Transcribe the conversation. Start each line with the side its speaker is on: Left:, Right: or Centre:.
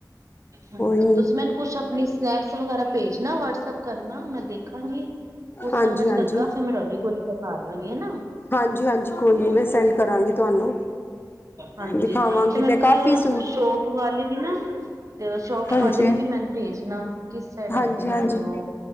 Right: ਹਾਂਜੀ,
Left: ਕੋਈ ਨਹੀਂ
Right: ਤੁਸੀਂ ਮੈਨੂੰ ਕੁਛ ਆਪਣੀ ਸਨੈਪ ਵਗੈਰਾ ਭੇਜਣਾ ਵਟਸਐਪ ਕਰਨਾ। ਮੈਂ ਦੇਖ ਦੇਖਾਂਗੀ ਕੁੱਛ
Left: ਹਾਂਜੀ
Right: ਸਮਝ
Left: ਹਾਂਜੀ
Right: ਲੱਗਾ। ਫੇਰ ਮੈਂ ਤੁਹਾਡੇ ਕੋਲ ਹੀ ਕਰਵਾ ਲਵਗੀ ਹਨਾ।
Left: ਹਾਂਜੀ ਹਾਂਜੀ ਕੋਈ ਨਹੀਂ ਮੈਂ ਸੈਂਡ ਕਰਾਂਗੀ ਤੁਹਾਨੂੰ
Right: ਹਾਂਜੀ।
Left: ਦਿਖਾਵਾਂਗੀ
Right: ਤੇ ਮੈ
Left: ਮੈਂ
Right: ਤੁਸੀਂ
Left: ਕਾਫੀ
Right: ਉਹ
Left: ਸੂਟ
Right: ਸ਼ੋਪ ਸ਼ਪ ਵਾਲੇ ਦੀ ਨਾ। ਤੇ ਸ਼ੋਪ
Left: ਹਾਂਜੀ
Right: ਵਾਲੇ ਦੀ ਵੀ ਮੈਨੂੰ ਭੇਜਣਾ। ਕਿਸ ਸਾਈਡ ਹੈਗੀ
Left: ਹਾਂਜੀ
Right: ਮਤਲਬ
Left: ਹਾਂਜੀ
Right: ਉਹ